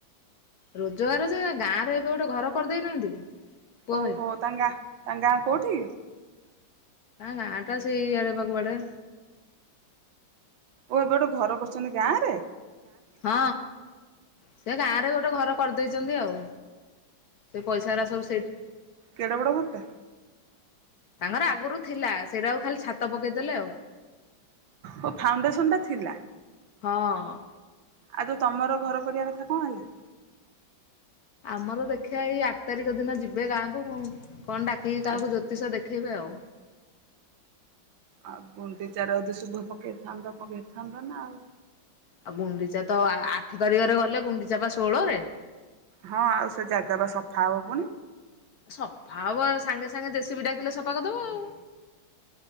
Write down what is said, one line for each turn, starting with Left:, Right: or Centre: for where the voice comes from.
Left: ରୋଜଗାର ଯେ ଗାଁରେ ଏବେ ଗୋଟେ ଘର କରିଦେଇନାହାନ୍ତି କି। ପୁଅ
Right: ଓହୋ
Left: ଭାଇ
Right: ତାଙ୍କ ଗାଁ ତାଙ୍କ ଗାଁ କୋଉଠି?
Left: ହଁ ଗାଁ ଟା ସେଇ ଆଡେ ବା କୁଆଡେ।
Right: ଓ ଏବେ ଘର କରୁଛନ୍ତି ଗାଁ ରେ।
Left: ହଁ ସେ ଗାଁ ରେ ଗୋଟେ ଘର କରିଦେଇଛନ୍ତି ଆଉ। ସେ ପଇସାରା ସବୁ ସେଇଠି।
Right: କେଡ଼େ ବଡ଼ ଘରଟା?
Left: ତାଙ୍କର ଆଗରୁ ଥିଲା ସେଇଟା ଆଉ ଖାଲି ଛା ତ ପକେଇଦେଲେ ଆଉ
Right: ଓ ଫାଉଣ୍ଡେସନ ଟା ଥିଲା
Left: ହଁ।
Right: ଆଉ ତୋ ତମର ଘର କରିବା କଥା କଣ ହେଲା।
Left: ଆମର ଦେଖିବା ଏଇ ଆଠ ତାରିଖ ଦିନ ଯିବେ ଗାଁକୁ କଣ ଡାକିକି କାହାକୁ
Right: ଆଉ
Left: ଜୋ ତିସ ଦେଖେଇବେ ଆଉ।
Right: ଆଉ ଗୁଣ୍ଡିଚାର ଯଦି ଶୁଭ ପକେଇଥାନ୍ତ ପକେଇଥାନ୍ତ ନା ଆଉ।
Left: ଆଉ ଗୁଣ୍ଡିଚା ତ ଆଠ ତାରିଖରେ ଗଲେ, ଗୁଣ୍ଡିଚା ବା ଷୋଳରେ।
Right: ହଁ ଆଉ ସେ ଜାଗା ବା ସଫା ହବ ପୁଣି।
Left: ସଫା ହବ, ସାଙ୍ଗେ ସାଙ୍ଗେ ଜେସିବି ଡାକିଲେ ସଫା କରଦବ ଆଉ।